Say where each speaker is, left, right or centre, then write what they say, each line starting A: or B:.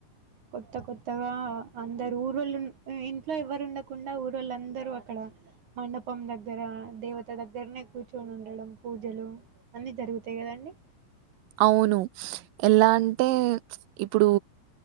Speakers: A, on the right; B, on the right.
A: కొత్త కొత్తగా అందరు ఊరు వాళ్ళు ఇంట్లో ఎవరు ఉండకుండా ఊర్ వాళ్ళు అందరూ అక్కడ మండపం దగ్గర దేవత దగ్గరనే కూర్చని ఉండడం పూజలు అన్నీ జరుగుతాయి కదండి
B: అవును ఎలా అంటే ఇప్పుడు